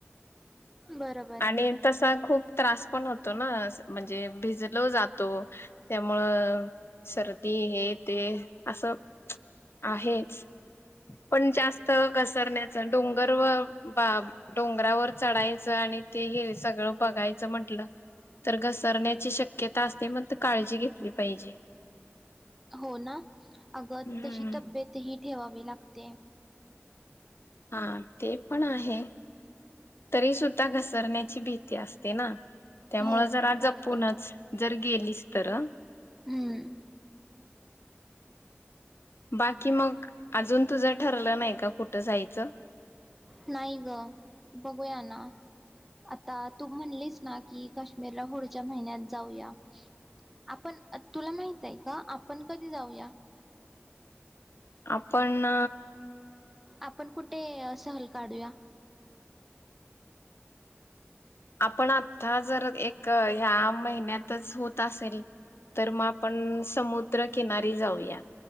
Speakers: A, in the centre; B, on the left.
A: बरोब
B: आणि तसा खूप त्रास पण होतो ना म्हणजे भिजलं जातो त्यामुळं सर्दी हे ते असं आहेच पण जास्त घसरण्याचं डोंगर व बा डोंगरावर चढायचं आणि ते हे सगळं बघायचं म्हंटलं तर घसरण्याची शक्यता असते म्हन्तं काळजी घेतली पाहिजे.
A: हो ना, अगं
B: हम्म.
A: तशी तब्येत ही ठेवा वेलागते
B: हां ते पण आहे, तरी सुुद्धा घसरण्याची भीती असते ना. त्यामुअ
A: हो
B: जरा
A: बरोबर
B: जपूनच, जर गेलीस तर आं.
A: हम्म
B: बाकी मग अजून तुझं ठरलं नाही का कुठं जायचं?
A: नाही गं, बघूया ना आता तू म्हणलीस ना, की काश्मीरला पुढच्या महिन्यात जाऊया. आपण, अ तुला माहित आहे का? आपण पण जाऊया.
B: आपणं
A: आपण कुठे, असं हरी- काढूया.
B: आपण आत्था जर एक ह्या महिन्यातच होत असेल तर म आपण स् समुद्र किनारी जाऊया.